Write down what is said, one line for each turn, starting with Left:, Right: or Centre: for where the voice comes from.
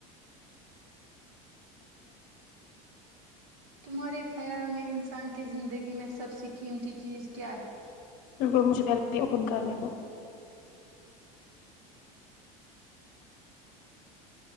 Right: تمہارے خیال میں انسان کی زندگی میں سب سے قیمتی چیز کیا ہے
Left: بالکل مجھے پہلے اوپن کرنے دو